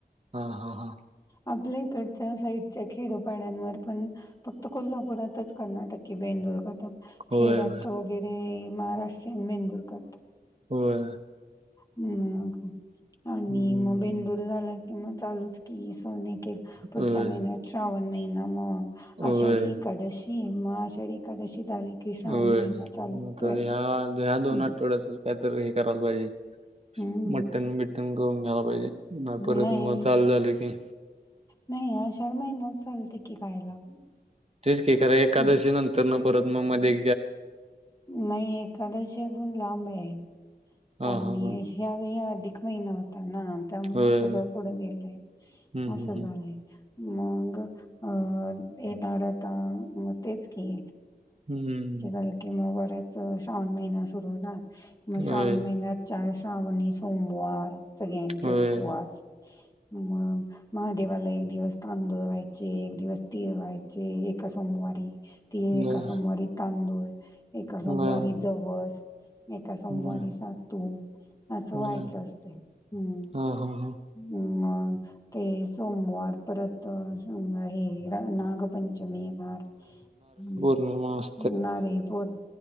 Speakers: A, on the right; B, on the left.
A: हा हा हा.
B: आपल्या इकडच्या साईडच्या खेडोपाड्यांवर पण फक्त कोल्हापुरातच कर्नाटकी बेंदुर करतात.
A: होय
B: खेड्यात
A: होय
B: वगैरे महाराष्ट्रीयन बेंदूर करतात.
A: होय.
B: हम् आणि
A: हम्म
B: मग बेंदूर झाला कि मग चालूच की हे सन एकएक. पुढच्या
A: होय
B: महिन्यात श्रावण महिना मग
A: होय
B: आषाढी एकादशी. की मग आषाढी एकादशी झाली की श्रावण
A: होय
B: महिना चालू
A: मग
B: होतोय.
A: ह्या या या दोन
B: हम्म
A: आठवड्यात काय तर हे करायला पाहिजे.
B: हम्म
A: मटन बिटन करून घ्यायला पाहिजे. आता परत
B: नाही
A: मग चालू झाल की
B: नाही आषाढ महिनात चालते की खायला.
A: तेच की खरं एकादशी
B: हं.
A: नंतर न परत मग मध्ये
B: नाही एकादशी अजून लांब आहे
A: हा
B: आणि
A: हा हा
B: ह्यावेळी अधिक महिना होता ना. त्यामुळ
A: होय
B: सगळं
A: होय.
B: पुढ गेलय
A: हम्म
B: अस
A: हम्म
B: झालेय. मग अं येणारता तेच की
A: हम्मम.
B: ऐक की मग परत श्रावण महिना सुरू होणार
A: हम्म
B: श्रावण
A: होय
B: महिन्यात चार श्रावणी सोमवार सगळ्यांचे
A: होय
B: उपवास मग महादेवाला एक दिवस तांदूळ व्हायचे एक, दिवस तीर व्हायचे एका सोमवारी. ती
A: बर
B: एका सोमवारी तांदूळ एका, सोमवारी
A: बर
B: जवस. एका सोमवारी
A: बर
B: सातू असं
A: बर
B: व्हायचं असते हम्म.
A: हा हा हा
B: हं मग ते सोमवार परत <unintelligible> हे नाग पंचमी येणार हम्म.
A: न म <unintelligible>
B: ना बोल.